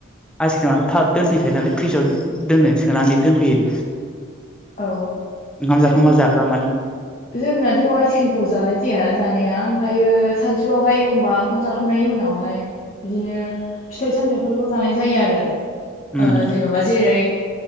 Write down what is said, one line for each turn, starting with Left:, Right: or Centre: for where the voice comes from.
Centre: आइसक्रिमाथ' था दोनफैखायो नालाय फ्रिजाव दोननो सोनानै दोनफैयो
Left: औ
Centre: ओंखाम
Left: जों
Centre: जाखांबा जाग्रा मानानि
Left: जोंनाथ' आइसक्रिमखौ जानाय जाया जानाया ओमफ्रायायो सानसुआवहाय एखमबा ओंखाम जाख बि संनायनि उनावहाय बिदिनो फिथाइ सामथायाइफोरखौ जानाय जायो आरो
Centre: उम
Left: ओ जेन'बा जेरै